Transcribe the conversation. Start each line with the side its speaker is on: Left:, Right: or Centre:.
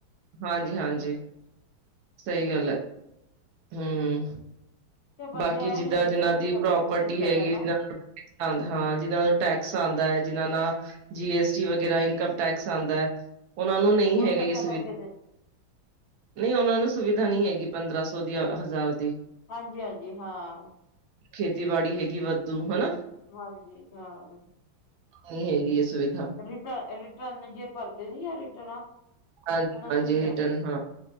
Right: ਹਾਂਜੀ, ਹਾਂਜੀ। ਸਹੀ
Left: ਐਵੇਂ
Right: ਗੱਲ
Left: ਆ
Right: ਏ, ਹੂੰ
Left: ਤੇ ਵਧੀਆ
Right: ਬਾਕੀ
Left: ਏ
Right: ਜਿੱਦਾਂ
Left: ਲੇਡੀਜ਼
Right: ਜਿਨਾਂ
Left: ਵਾਸਤੇ
Right: ਦੀ
Left: ਖਰਚਾ
Right: ਪ੍ਰੋਪਰਟੀ
Left: ਖੁਰਚਾ ਨਿਕਲ
Right: ਹੈਗੀ
Left: ਜਾਂਦਾ
Right: ਏ ਆਂਉਦਾ ਹਾਂ, ਜਿਨਾਂ ਦਾ ਟੈਕਸ ਆਂਉਦਾ ਏ ਜਿਨਾਂ ਨਾ ਜੀ ਐਸ ਟੀ ਵਗੈਰਾ, ਇਨਕਮ ਟੈਕਸ ਆਂਉਦਾ, ਉਨਾ ਨੂੰ ਨਹੀ
Left: ਉਹੀ
Right: ਹੈਗੀ
Left: ਇਕੱਠਾ
Right: ਏ ਸੁਵਿ
Left: ਕਰਕੇ ਦੇ
Right: ਨਹੀ ਉਨਾਂ ਨੂੰ ਸੁਵਿਧਾ ਨੀ ਹੈਗੀ ਪੰਦਰਾਂ ਸੌ ਦੀ, ਔ ਹਜ਼ਾਰ ਦੀ
Left: ਹਾਂਜੀ, ਹਾਂਜੀ ਹਾਂ
Right: ਖੇਤੀਬਾੜੀ ਹੈਗੀ ਵਾਧੂ, ਹਨਾ
Left: ਹਾਂਜੀ, ਹਾਂ
Right: ਨਹੀਂ ਹੈਗੀ ਹੈ ਸੁਵਿਧਾ
Left: ਰਿਟਰ -ਰਿਟਰਨ ਜੇ ਭਰਦੇ ਨੀ ਆ ਰਿਟਰਨਾਂ
Right: ਹਾਂਜੀ
Left: ਉਹਨਾਂ
Right: -ਹਾਂਜੀ
Left: ਨੂੰ ਨੀ
Right: ਰਿਟਰਨ
Left: ਆ
Right: ਹਾਂ।